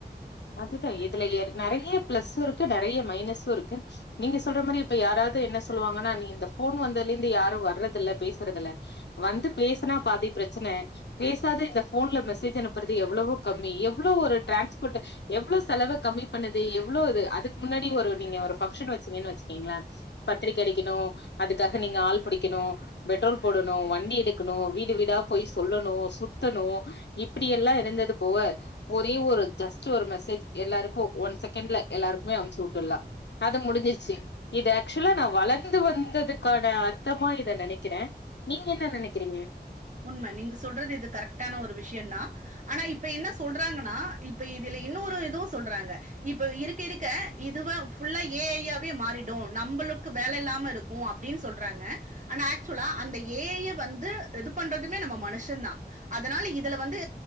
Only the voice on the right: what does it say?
உண்ம நீங்க சொல்றது இது கரெக்ட்டான ஒரு விஷயந்தா ஆனா இப்ப என்ன சொல்றாங்க இப்ப இதுல இன்னொரு இதுவு சொல்றாங்க இப்ப இருக்க இருக்க இது ஏ ஐயாவே மாறிடு நம்மளுக்கு வேல இல்லாம இருக்கு அப்டின்னு சொல்றாங்க ஆனா ஆக்சுவலா அந்த ஏ ஐயே வந்து இது பண்றதுமே நம்ம மனுஷந் தா அதனால இதுல வந்து